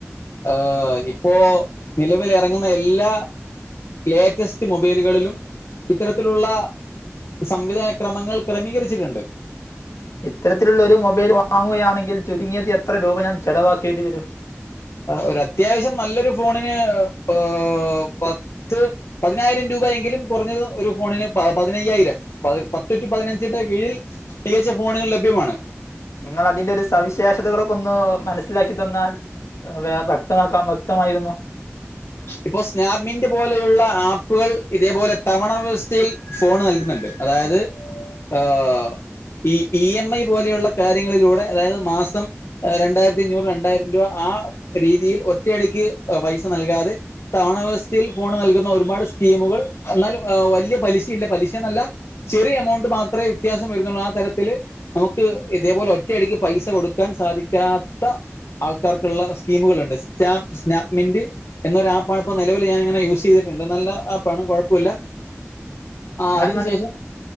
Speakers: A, on the left (about 65°); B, on the left (about 85°).
A: ആഹ് ഇപ്പോ എറങ്ങുന്ന എല്ലാ ലേറ്റസ്റ്റ് മൊബൈലുകളിലും ഇത്തരത്തിലുള്ള സംവിധാനക്രമങ്ങൾ ക്രമീകരിച്ചിട്ടുണ്ട്
B: ഇത്തരത്തിലുള്ള ഒരു മൊബൈൽ വാങ്ങുകയാണെങ്കിൽ ചുരുങ്ങിയത് എത്ര രൂപ ഞാൻ ചെലവാക്കേണ്ടി വരും
A: ഒരു അത്യാവശ്യം നല്ലൊരു ഫോണിന് ഓഹ് പത്ത പത്ത് പതിനായിരം രൂപയെങ്കിലും കൊറഞ്ഞത് ഒരു ഫോണിന് പ പതിനയ്യായിരം പ പത്ത്റ്റുപതിനഞ്ചിന്റെ കീഴിൽ പ്രത്യകച്ച് ഫോണുകൾ ലഭ്യമാണ്
B: നിങ്ങളതിന്റെ ഒരു സവിശേഷതകളൊക്കെ ഒന്ന് മനസ്സിലാക്കി തന്നാൽ വേ വ്യക്തമാക്കാൻ വ്യക്തമായിരുന്നു
A: ഇപ്പോ സ്നാപ്മിന്റ് പോലെയുള്ള ആപ്പുകൾ ഇതേപോലെ തവണ വ്യവസ്ഥയിൽ ഫോണ് നൽക്ന്ന്ണ്ട് അതായത് ഏഹ് ഈ ഇ എം ഐ പോലെയുള്ള കാര്യങ്ങളിലൂടെ അതായത് മാസം രണ്ടായിരത്തിഅഞ്ഞൂറ് രണ്ടായിരംരൂപ ആ രീതിയിൽ ഒറ്റയടിക്ക് പൈസ നൽകാതെ തണാവ്യസ്ഥയിൽ ഫോണ് നൽകുന്ന ഒരുപാട് സ്കീമുകൾ എന്നാൽ വല്യയ പലിശ ഇല്ല പലിശ എന്നല്ല ചെറിയ എമൗണ്ട് മാത്രേ വിത്യാസം വരുന്നൊള്ളൂ ആ തരത്തില് നമുക്ക് ഇതേപോലെ ഒറ്റയടിക്ക് പൈസ കൊടുക്കാൻ സാധിക്കാത്ത ആൾക്കാർക്കുള്ള സ്കീമുകളുണ്ട് സ്റ്റാപ സ്റ്റാനാപ്മിന്റ് എന്നൊരു ആപ്പ്ആണ് ഇപ്പോ നെലവില് ഞാനിങ്ങനെ യൂസ് ചെയ്തിട്ട്ണ്ട് നല്ല ആപ്പ്ആണ് കൊഴപ്പുല്ല ആഹ്
B: ഞാൻ
A: അതിന് ശേഷം